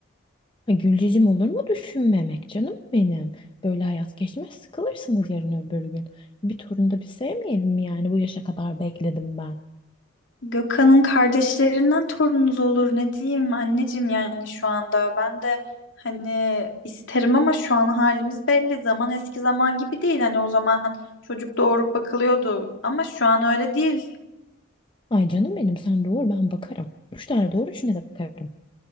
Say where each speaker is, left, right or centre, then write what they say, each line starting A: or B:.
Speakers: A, on the left (about 25°); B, on the left (about 70°).
A: Ha, Gülcicim olur mu düşünmemek canım benim? Böyle hayat geçmez sıkılırsınız yarın öbür gün. Bir torun da bir sevmeyelim mi yani bu yaşa kadar bekledim ben.
B: Gökhan'ın kardeşlerinden torununuz olur ne diyeyim anneciğim yani şu anda ben de hani isterim ama şu an halimiz belli zaman eski zaman gibi değil hani o zaman çocuk doğurup bakılıyordu ama şu an öyle değil
A: Ay canım benim sen doğur ben bakarım. Üç tane doğur üçüne de bakarım.